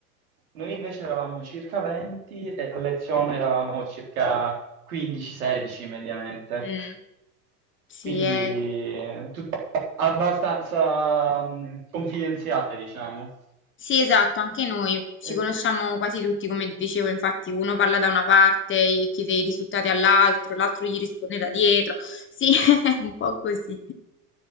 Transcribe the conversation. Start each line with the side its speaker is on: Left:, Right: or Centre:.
Right: noi invece eravamo circa 20 e a lezione eravamo circa 15-16 mediamente.
Left: Mm. Sì,
Right: quindi
Left: è
Right: eh, tut- abbastanza mh, confidenziale, diciamo.
Left: Sì, esatto, anche noi ci
Right: Eh,
Left: conosciamo quasi tutti, come ti dicevo, infatti uno parla da una parte e chiede i risultati all'altro, l'altro gli risponde da dietro. Sì, <laughs> è un po' così.